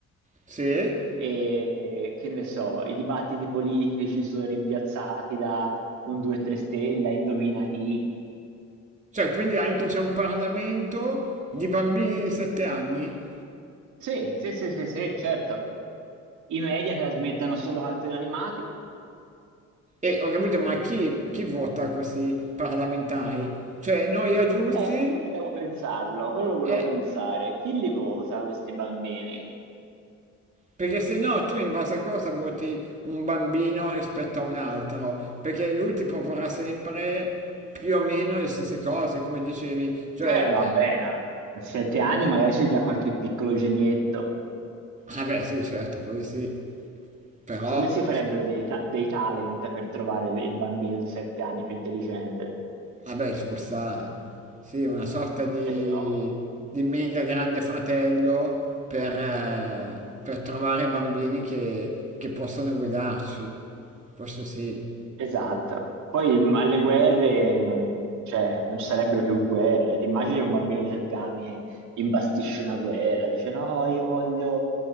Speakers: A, on the right; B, on the right.
A: Sì?
B: e che ne so, i dibattiti politici sono rimpiazzati da un 2-3 stella, indovina chi.
A: Cioè, quindi anche c'è un Parlamento di bambini di 7 anni?
B: Sì, sì, sì, sì, sì, certo. I media trasmettono solo cartoni animati.
A: E ho capito, ma chi, chi vota questi parlamentari? Cioè, noi adulti?
B: Eh, quello dobbiamo pensarlo, quello lo volevo
A: Eh,
B: pensare. Chi li vota questi bambini?
A: perché se no tu in base a cosa voti un bambino rispetto a un altro? Perché lui ti proporrà sempre più o meno le stesse cose, come dicevi. Cioè,
B: Eh, vabbè, no. A sette anni magari c'è già qualche piccolo genietto.
A: Ah beh, sì, certo, quelli sì. Però,
B: Secondo me si farebbero dei, ta- dei talent per trovare il bambino di sette anni più intelligente.
A: vabbè, ci può stare. Sì, una sorta di,
B: Però...
A: di mega grande fratello per, eh, per trovare bambini che, che possono guidarci. Questo sì.
B: Esatto. Poi mh, alle guerre, non- cioè, non ci sarebbero più guerre. Ti immagini un bambino di sette anni che imbastisce una guerra, dice no, io voglio